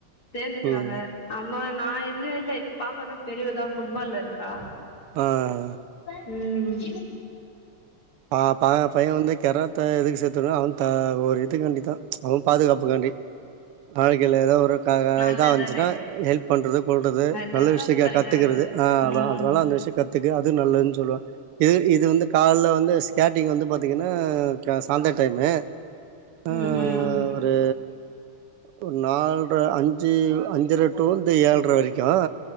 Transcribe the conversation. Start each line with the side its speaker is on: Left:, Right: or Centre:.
Left: சே இருக்கறாங்க
Right: ம்
Left: ஆம் இப்ப நா எதுலே இல்லை பாப்ப தான் பெரியவுதான் ஃபுட்பால்ல இருக்கா
Right: ஆஹ்
Left: உம்
Right: ஆ ப பையன் வந்து கரா த்தே எதுக்கு சேர்த்துனா அவன் த ஒரு இதுக்காண்டி தான் அவன் பாதுகாப்புக்காண்டி வாழ்க்கையில் ஏதோ ஒரு
Left: நல்லது
Right: இதா வந்துச்சுன்னா
Left: தானே
Right: ஹெல்ப் பண்றது கொல்றது
Left: அது தற்காப்பு
Right: நல்ல விஷய
Left: கலை
Right: கத்துக்குறது
Left: தானே அது
Right: ஆஹ்
Left: ம்
Right: அத அதனால அந்த விஷயம் கத்துக்கு அது நல்லதுன்னு சொல்லுவேன் இது இது வந்து கால்ல வந்து ஸ்கேட்டிங் வந்து பாத்தீங்கன்னா சாந்தர டைமு ஆஹ்
Left: ம் ம்
Right: ஒரு ஒரு நாலரை அஞ்சு அஞ்சரை டூ வந்து ஏழரை வரைக்கும்